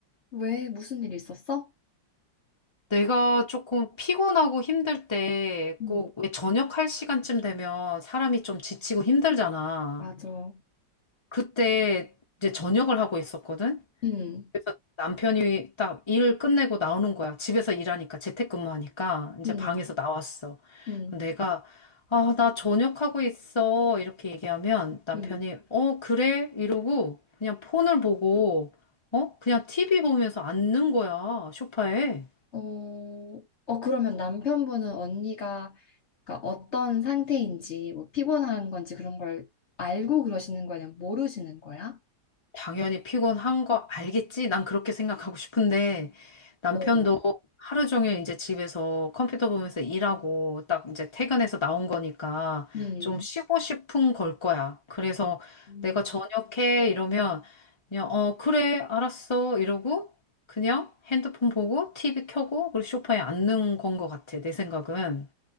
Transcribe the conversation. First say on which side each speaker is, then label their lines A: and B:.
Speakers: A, on the left; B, on the left.
A: 왜? 무슨 일 있었어?
B: 내가 조금 피곤하고 힘들 때
A: 음.
B: 꼭 왜 저녁할 시간쯤 되면 사람이 좀 지치고 힘들잖아.
A: 맞아.
B: 그때 이제 저녁을 하고 있었거든?
A: 음.
B: 그래서 남편이 딱 일 끝내고 나오는 거야. 집에서 일하니까 재택근무하니까 이제
A: 음.
B: 방에서 나왔어.
A: 음.
B: 그럼 내가 아, 나 저녁하고 있어. 이렇게 얘기하면 남편이
A: 음.
B: 어, 그래? 이러고 그냥 폰을 보고 어? 그냥 TV 보면서 앉는 거야. 소파에.
A: 어, 어 그러면 남편분은 언니가 그러니까 어떤 상태인지 뭐 피곤한 건지 그런 걸 알고 그러시는 거야? 아니면 모르시는 거야?
B: 당연히 피곤한 거 알겠지? 난 그렇게 생각하고 싶은데 남편도
A: 어.
B: 하루 종일 이제 집에서 컴퓨터 보면서 일하고 딱 이제 퇴근해서 나온 거니까
A: 음.
B: 좀 쉬고 싶은 걸 거야. 그래서
A: 음.
B: 내가 저녁해 이러면 그냥 어 그래 알았어 이러고 그냥 핸드폰 보고 TV 켜고 그리고 소파에 앉는 건 거 같아 내 생각은.